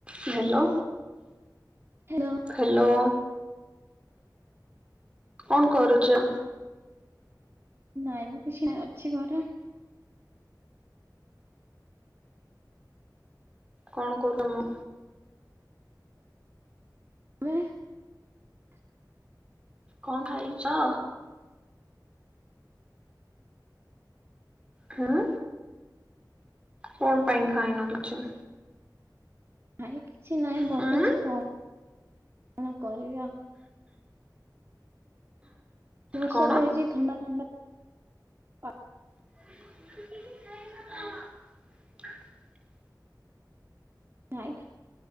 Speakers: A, on the right; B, on the right.
A: Hello.
B: Hello.
A: Hello. କଣ କରୁଚ଼?
B: ନାଇଁ ମୁଁ କିଛି ନାଇଁ ଅଛି ଘରେ।
A: କଣ କରୁ ତମ?
B: ବେ <unintelligible>
A: କଣ ଖାଇଛ? ହୁଁ କଣ ପାଇଁ ଖାଇନ କିଛି?
B: ନାଇଁ କିଛି ନାହିଁ ବସିଛି
A: ହୁଁ
B: କଅ କଣ କରିବି ଆଉ। ବର୍ଷା
A: କଣ?
B: ତ ହେଇଛି ଥଣ୍ଡା ଥଣ୍ଡା ପାଗ
A: <inaudible>
B: ନାଇଖ୍